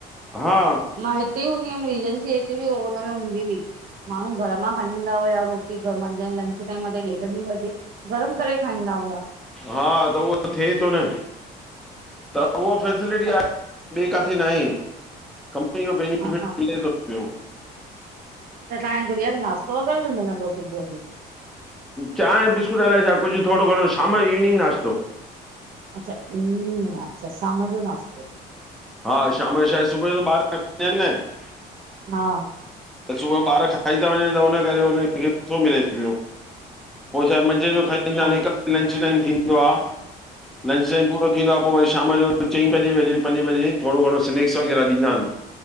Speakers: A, in the centre; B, on the right (about 60°).
A: हा
B: मां हिते हूंदी हुअमि रीजेंसी हिते बि हुनमें हूंदी हुई माण्हू घर मां खणी ईंदा हुया रोटी मंझंदि लंच टाइम ते ॾेढ ॿी बजे गरम करे खाईंदा हुया
A: हा त उहो थिए थो न, त उहा फैसिलिटी
B: हा
A: आहे ॿिए किथे नाहे, कंपनी जो बेनिफिट
B: हा उहो
A: मिले थो पियो
B: त तव्हांजे गुड़िया खे नास्तो वगैरह बी मिलन्दो हो सुबुह जो?
A: चांहि बिस्कुट अलाए छा कुझु थोरो घणो शाम जो इवनिंग नाश्तो
B: अच्छा इवनिंग नास्तो हम, अच्छा शाम जो नास्तो
A: हा शाम जो छा आहे सुबुह जो ॿार खणनि न <unintelligible>
B: हा
A: त सुबुह ॿार खाई था वञनि त उन करे उन खे नथो मिले पियो पोइ छाहे मंझंदि जो खाईंदा
B: हा।
A: आहिनि हिकु बजे लंच टाइम थींदो आहे लंच टाइम पूरो थींदो आहे पोइ वरी शाम जो चईं बजे बजे पंजे बजे थोरो घणो स्नैक्स वग़ैरह ॾींदानि।